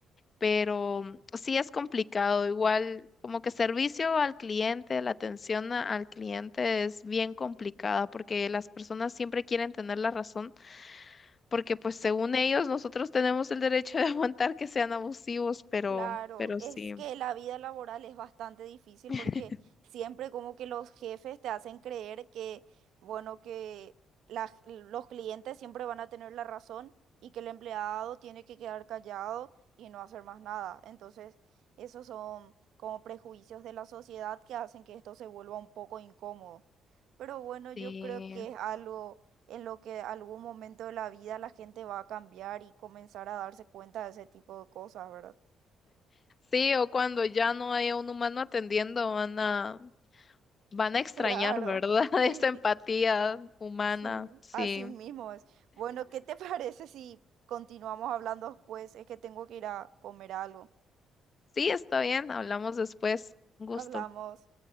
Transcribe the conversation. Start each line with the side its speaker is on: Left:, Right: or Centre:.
Left: pero sí es complicado. Igual, como que servicio al cliente, la atención a- al cliente es bien complicada porque las personas siempre quieren tener la razón, porque pues según ellos nosotros tenemos el derecho de <laughs> aguantar que sean abusivos, pero,
Right: Claro,
Left: pero
Right: es
Left: sí.
Right: que la vida laboral es bastante difícil
Left: <laughs>
Right: porque siempre como que los jefes te hacen creer que, bueno, que la los clientes siempre van a tener la razón y que el empleado tiene que quedar callado y no hacer más nada. Entonces, esos son como prejuicios de la sociedad que hacen que esto se vuelva un poco incómodo. Pero bueno, yo
Left: Sí,
Right: creo que es algo en lo que algún momento de la vida la gente va a cambiar y comenzar a darse cuenta de ese tipo de cosas, ¿verdad?
Left: sí, o cuando ya no haya un humano atendiendo, van a, van a extrañar,
Right: Claro,
Left: ¿verdad? <laughs>
Right: sí,
Left: Esa empatía humana.
Right: sí,
Left: Sí,
Right: así mismo es. Bueno, ¿qué te parece si continuamos hablando después? Es que tengo que ir a comer algo.
Left: sí, está bien, hablamos después. Un gusto.
Right: Hablamos.